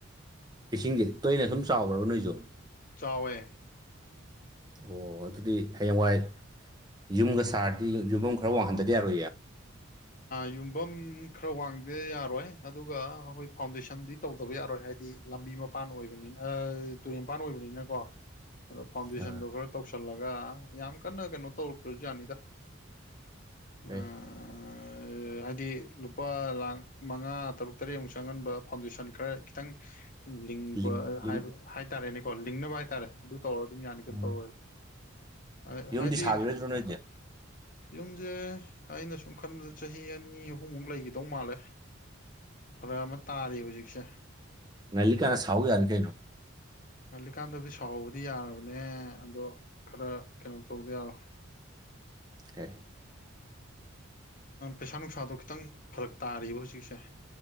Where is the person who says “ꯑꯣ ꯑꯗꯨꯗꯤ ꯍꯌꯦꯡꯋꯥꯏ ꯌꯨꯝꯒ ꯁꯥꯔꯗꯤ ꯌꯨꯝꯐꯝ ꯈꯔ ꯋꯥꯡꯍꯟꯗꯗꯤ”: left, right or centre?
Right